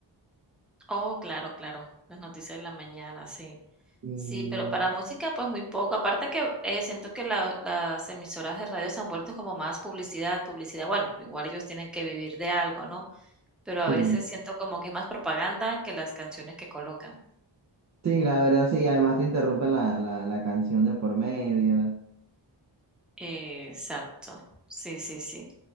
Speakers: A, in the centre; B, on the right.
A: Oh, claro, claro, las noticias de la mañana, sí.
B: Y
A: Sí, pero para música, pues, muy poco. Aparte que, eh, siento que la las emisoras de radio se han vuelto como más publicidad, publicidad. Bueno, igual ellos tienen que vivir de algo, ¿no? Pero a
B: sí,
A: veces siento como que es más propaganda que las canciones que colocan.
B: sí, la verdad sí, además te interrumpen la, la, la canción de por medio.
A: Exacto. Sí, sí, sí.